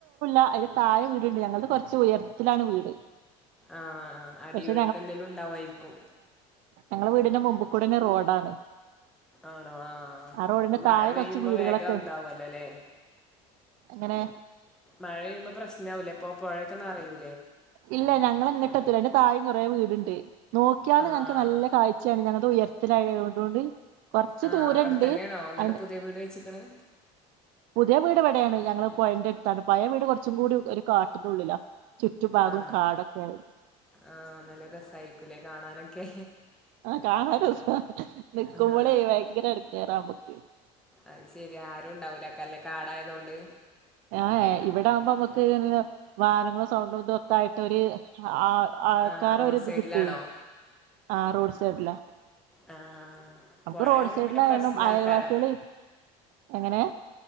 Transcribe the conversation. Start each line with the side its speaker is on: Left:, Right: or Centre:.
Right: ആ അതിന് താഴെ വീട്ണ്ട് ഞങ്ങൾക്ക് കൊറച്ച് ഉയരത്തിലാണ് വീട്
Centre: ആഹ് ആഹ് അടിയൊഴുക്ക്
Right: പക്ഷെ
Centre: എന്തേലും ഉണ്ടാവായിരിക്കും
Right: ഞങ്ങള വീടിന്റെ മുമ്പിക്കൂടി തന്നെ റോഡാണ്
Centre: ആണോ ആഹ്
Right: ആ റോഡിന്റെ
Centre: അപ്പൊ മഴ
Right: താഴെ
Centre: പെയ്യുമ്പോ
Right: കൊറച്ച് വീടുകളൊക്കെ
Centre: വേഗം
Right: ഉണ്ട്.
Centre: ഇതാവല്ലോല്ലേ
Right: അങ്ങനെ
Centre: മഴ പെയുമ്പോ പ്രശ്നവൂലെ അപ്പൊ പുഴൊക്ക നിറയു
Right: ഇല്ല ഞങ്ങള <unintelligible> അയിന്റെ താഴെ കുറേ വീടുണ്ട് നോക്കിയാല്
Centre: ആഹ്
Right: ഞങ്ങൾക്ക് നല്ല കാഴ്ചയാണ് ഞങ്ങ <unintelligible> ഉയരത്തിലായതുകൊണ്ട് കൊറച്ച്
Centre: ആഹ്
Right: ദൂരണ്ട്
Centre: അവിടെ തന്നെയാണോ എന്നിട്ട്
Right: അതിന്റെ
Centre: പുതിയ വീട് വെച്ചിക്ക്ണ്
Right: പുതിയ വീട് ഇവിടെയാണ് ഞങ്ങള് പുഴെന്റെ അടുത്താണ് പഴയ വീട് കുറച്ചും കൂടി ഒരു കാട്ടിന്റെ ഉള്ളിലാ ചുറ്റുഭാഗവും
Centre: ആണോ
Right: കാടൊക്കെ ആയി
Centre: ആഹ് നല്ല രസായിരിക്കൂല്ലേ കാണാനൊക്കെ
Right: ആഹ് കാണാൻ രസാ നിക്കുമ്പളേ
Centre: ആഹ്
Right: ഭയങ്കര എടങ്ങേറാ നമ്മക്ക്
Centre: അത് ശെരി ആരും ഉണ്ടാവൂലക്കല്ലേ കാടായ ഇതൊണ്ട്
Right: ആ ഇവിടെ ആവുമ്പോ നമുക്ക് വാനങ്ങളും സൗണ്ടും ഇതും ഒക്കെ ആയിട്ട് ഒരു ആ ആൾക്കാര
Centre: ആ റോഡ്
Right: ഒരിത്
Centre: സൈഡിലാണോ
Right: കിട്ടുവേ ആ റോഡ് സൈഡില
Centre: ആ
Right: നമക്ക്
Centre: പുഴയാകുമ്പോ
Right: റോഡ് സൈഡിലയാലും
Centre: പിന്നെ പ്രശ്നാക്കാരം
Right: ആയൽവാസികള് എങ്ങനെ